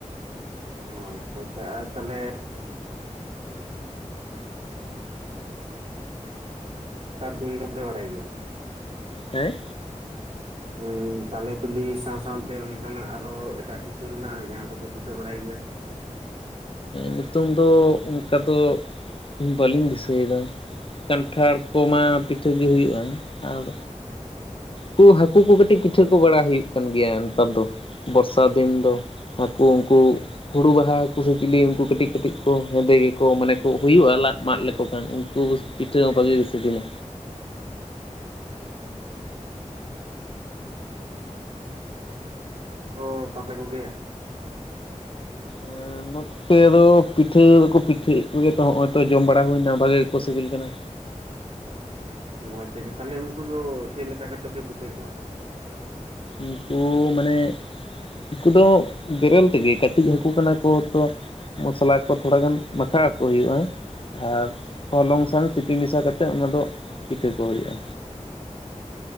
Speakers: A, on the right; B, on the left.
A: ᱦᱚᱭ ᱟᱪᱪᱷᱟ ᱟᱪᱪᱷᱟ ᱟᱨ ᱛᱟᱦᱚᱞᱮ ᱛᱟᱨ ᱫᱤᱱ ᱫᱚ ᱯᱮ ᱵᱟᱲᱟᱭ ᱜᱮᱭᱟ᱾
B: ᱦᱮᱸ?
A: <unintelligible> ᱛᱟᱞᱮ ᱵᱤᱞᱤ ᱥᱟᱶ ᱥᱟᱶᱛᱮ ᱚᱱᱠᱟᱱᱟᱜ ᱟᱨᱚ ᱮᱴᱟᱜ ᱠᱤᱪᱷᱩ ᱦᱮᱱᱟᱜ-ᱟ ᱡᱟᱦᱟᱸ ᱫᱚᱠᱚ ᱯᱤᱴᱷᱟᱹ ᱵᱟᱲᱟᱭ ᱜᱮᱭᱟ᱾
B: ᱱᱤᱛᱚᱝ ᱫᱚ ᱚᱱᱠᱟ ᱫᱚ ᱵᱟᱹᱞᱤᱧ ᱫᱤᱥᱟᱹᱭᱮᱫᱟ ᱠᱟᱱᱴᱷᱟᱲ ᱠᱚᱢᱟ ᱯᱤᱴᱷᱟᱹ ᱜᱮ ᱦᱩᱭᱩᱜᱟ, ᱟᱨ ᱠᱩ ᱦᱟᱹᱠᱩ ᱠᱚ ᱠᱟᱹᱴᱤᱡ ᱯᱤᱴᱷᱟᱹ ᱠᱚ ᱵᱟᱲᱟ ᱦᱩᱭᱩᱜ ᱠᱟᱱ ᱜᱮᱭᱟ ᱱᱮᱛᱟᱨ ᱫᱚ ᱵᱚᱨᱥᱟ ᱫᱤᱱ ᱫᱚ᱾ ᱦᱟᱹᱠᱩ ᱩᱱᱠᱩ ᱦᱩᱲᱩ ᱵᱟᱦᱟ ᱦᱟᱹᱠᱩ ᱥᱮ ᱪᱤᱞᱤ ᱩᱱᱠᱩ ᱠᱟᱹᱴᱤᱡ ᱠᱟᱹᱴᱤᱡ ᱠᱚ ᱦᱮᱸᱫᱮ ᱜᱮᱠᱚ ᱢᱟᱱᱮ ᱠᱚ ᱦᱩᱭᱩᱜ-ᱟ ᱞᱟᱫ ᱢᱟᱫ ᱞᱮᱠᱚ ᱠᱷᱟᱱ ᱩᱱᱠᱩ ᱯᱤᱴᱦᱟᱹ ᱦᱚᱸ ᱵᱷᱟᱜᱮ ᱜᱮ ᱥᱤᱵᱤᱞᱟ᱾
A: ᱛᱚ ᱵᱟᱠᱚ ᱵᱚᱜᱮᱭᱟ,
B: ᱮᱸ ᱱᱚᱛᱮ ᱫᱚ ᱯᱤᱴᱷᱟᱹ ᱫᱚᱠᱚ ᱯᱤᱴᱷᱟᱹᱭᱮᱫ ᱠᱚᱜᱮ ᱛᱚ ᱦᱚᱸᱜ-ᱚᱭ ᱛᱚ ᱡᱚᱢ ᱵᱟᱲᱟ ᱦᱩᱭᱱᱟ ᱵᱷᱟᱜᱮ ᱜᱮᱠᱚ ᱥᱤᱵᱤᱞ ᱠᱟᱱᱟ᱾
A: ᱦᱚᱭ ᱛᱚᱜᱮ ᱛᱟᱦᱚᱞᱮ ᱩᱱᱠᱩ ᱫᱚ ᱪᱮᱫ ᱞᱮᱠᱟ ᱠᱟᱛᱮ ᱯᱮ ᱯᱤᱴᱷᱟᱹ ᱠᱚᱣᱟ?
B: ᱩᱱᱠᱩ ᱢᱟᱱᱮ ᱩᱱᱠᱩ ᱫᱚ ᱵᱮᱨᱮᱞ ᱛᱮᱜᱮ ᱠᱟᱹᱴᱤᱡ ᱦᱟᱹᱠᱩ ᱠᱟᱱᱟ ᱠᱚ ᱛᱚ ᱢᱚᱥᱞᱟ ᱠᱚ ᱛᱷᱚᱲᱟᱜᱟᱱ ᱢᱟᱠᱷᱟᱣ ᱠᱚ ᱦᱩᱭᱩᱜ-ᱟ, ᱟᱨ ᱦᱚᱞᱚᱝ
A: ᱦᱩᱸ
B: ᱥᱟᱝ ᱥᱤᱯᱤ ᱢᱮᱥᱟ ᱠᱟᱛᱮᱫ ᱚᱱᱟ ᱫᱚ ᱯᱤᱴᱷᱟᱹ ᱠᱚ ᱦᱩᱭᱩᱜᱼᱟ᱾